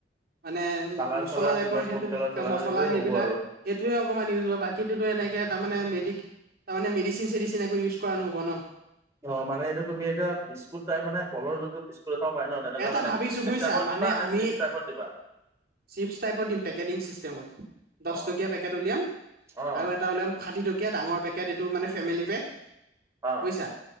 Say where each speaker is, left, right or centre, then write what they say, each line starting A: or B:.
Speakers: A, on the right; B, on the right.
A: মানে
B: কালাৰ
A: মছলা
B: চালাৰ
A: টাইপৰ
B: কিবা ফুড
A: সেইটো
B: কালাৰ চালাৰ
A: মছলা
B: সেইটোৱে
A: সেইবিলাক
B: হ'ব আৰু
A: সেইটোয়ে অকনমান ইউজ হয় বাকীতো এনেকে। তাৰ মে ম তাৰে মেডিচিন চেডিচিন একো ইউজ কৰা নহ'ব ন।
B: অ মানে এইটো তুমি এতিয়া বিস্কুট টাই মানে কলৰ যোনটো বিস্কুট। এটাও পাই ন তেনেকুৱা
A: এটা
B: মানে
A: ভাবিছো
B: সেইটো চিষ্টেমত
A: বুজিছা মানে
B: দিবা নে
A: আমি।
B: চিপছ টাইপত দিবা
A: চিপ্ছ টাইপৰ দিম পেকেটিং চিষ্টেমত দহটকীয়া
B: অ
A: পেকেট উলিয়াম।
B: অ
A: আৰু এটা ওলে ষাঠিটকী‌য়া তি ডাঙৰ পেকেট এইটো মানে ফেমিলি পেক
B: অ
A: বুজিছা